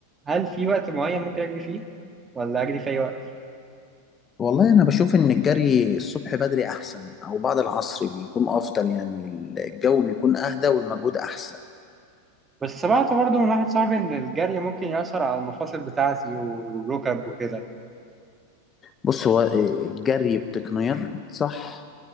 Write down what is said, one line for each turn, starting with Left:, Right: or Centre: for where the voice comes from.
Right: هل في وقت معين ممكن أجري فيه ولا أجري في أي وقت؟
Left: والله أنا بشوف إن الجري الصبح بدري أحسن أو بعد العصر بيكون أفضل يعني الجو بيكون أهدى والمجهود أحسن
Right: بس سمعت برضه من واحد صاحبي إن الجري ممكن يأثر على المفاصل بتاعتي والركب وكده
Left: بص هو آه، الجري بتقنيات صح